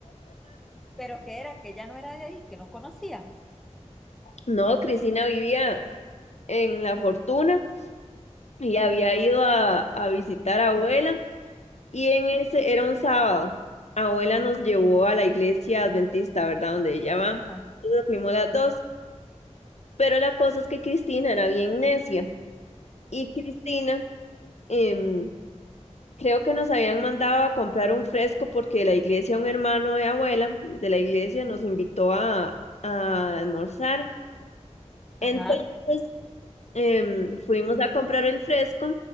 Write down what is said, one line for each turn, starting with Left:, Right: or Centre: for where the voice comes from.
Centre: pero que era que ella no era de ahí, que no conocía.
Left: No, Cristina vivía en La Fortuna y había ido a, a visitar a abuela Y en ese era un sábado. Abuela nos llevó a la iglesia adventista, ¿verdad? Donde ella va. Entonces
Centre: Ajá.
Left: fuimos las dos. Pero la cosa es que Cristina era bien necia. Y Cristina, em, creo que nos habían mandado a comprar un fresco porque la iglesia, un hermano de abuela de la iglesia, nos invitó a, a almorzar.
Centre: Ajá.
Left: Entonces em, fuimos a comprar el fresco